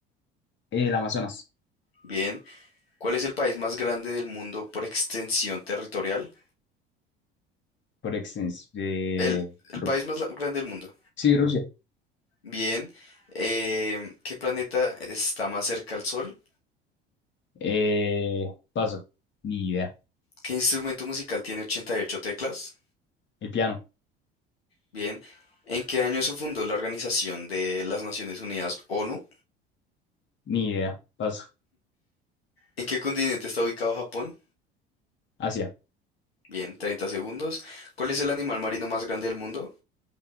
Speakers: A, on the left; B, on the left.
A: El Amazonas.
B: Bien. ¿Cuál es el país más grande del mundo por extensión territorial?
A: Por extensión. Eh,
B: El, el
A: Ru-
B: país más la- grande del mundo.
A: sí, Rusia.
B: Bien. Em, ¿qué planeta está más cerca al Sol?
A: Eh, paso. Ni idea.
B: ¿Qué instrumento musical tiene 88 teclas?
A: El piano.
B: Bien, ¿en qué año se fundó la Organización de las Naciones Unidas, ONU?
A: Ni idea. Paso.
B: ¿En qué continente está ubicado Japón?
A: Asia.
B: Bien, Treinta segundos. ¿Cuál es el animal marino más grande del mundo?